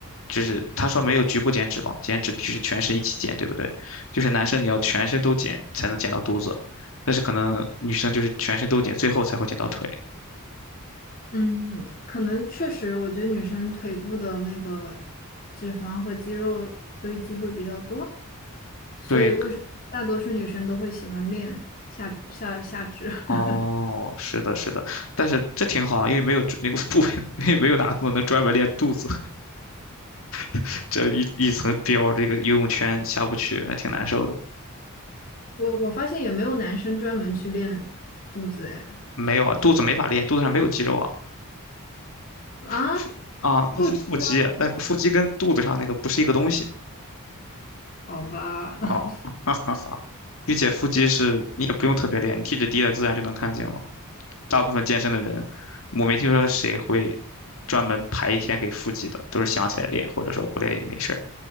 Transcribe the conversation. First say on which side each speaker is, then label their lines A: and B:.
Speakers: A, on the left; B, on the left.
A: 就是他说没有局部减脂嘛，减脂必须是全身一起减，对不对？就是男生你要全身都减才能减到肚子，但是可能女生就是全身都减，最后才会减到腿。
B: 嗯，可能确实，我觉得女生腿部的那个脂肪和肌肉堆积会比较多，所以为什么大多数女生都会喜欢练下下下肢？
A: 对，
B: <laughs>
A: 哦，是的，是的，但是这挺好啊，因为没有那个部位，没没有哪个动作能专门练肚子，<laughs> 这一一层膘，这个游泳圈下不去，还挺难受的。
B: 我我发现也没有男生专门去练肚子，哎，
A: 没有啊，肚子没法练，肚子上没有肌肉啊。
B: 啊，
A: 腹啊，那是腹肌，
B: 不知道，
A: 那腹肌跟肚子上那个不是一个东西
B: 好吧，
A: 哦，
B: <laughs>
A: <laughs> 哈哈哈。并且腹肌是你也不用特别练，你体脂低了自然就能看见了。大部分健身的人，我没听说谁会专门排一天给腹肌的，都是想起来练，或者说不练也没事儿。